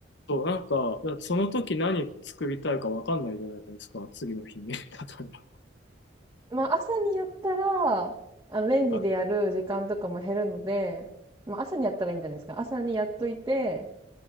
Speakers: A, on the left; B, on the right.
A: と、なんか、だってその時何作りたいかわかんないじゃないですか。次の日に。<laughs> 例えば。
B: まあ朝にやったら、あのレンジでやる時間とかも減るので、
A: あ、
B: まあ朝にやったらいいんじゃないですか。朝にやっといて、